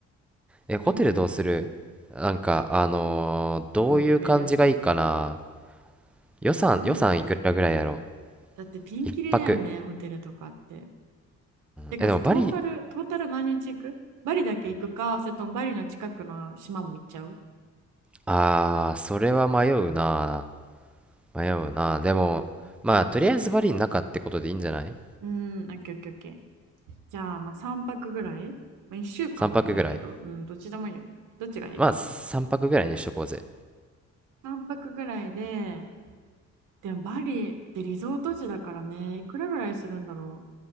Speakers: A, in the centre; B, on the right.
A: え、ホテルどうするなんか、
B: いいね。
A: あのーどういう感じがいいかな
B: どのレベルむずいよね。
A: 予算、予算いくらぐらいやろ
B: だってピンキリだよね、
A: う一泊。
B: ホテルとかって。てかさ、
A: え、でもバリ、
B: トータル、トータル何日行くバリだけ行くか、それともバリの近くの島も行っちゃう
A: あー、それは迷うな。迷うな。でも、まあ、とりあえずバリの中ってことでいいんじゃない
B: うーん、オッケーオッケーオッケー。じゃあ、まあ3泊ぐらい、まあ、?1 週間でもいいけど、
A: 三泊ぐらい。
B: うん、どっちでもいいよ。どっちがいい
A: まあ、三泊ぐらいにしとこうぜ。
B: ?3 泊ぐらいで、でもバリってリゾート地だからね、いくらぐらいするんだろ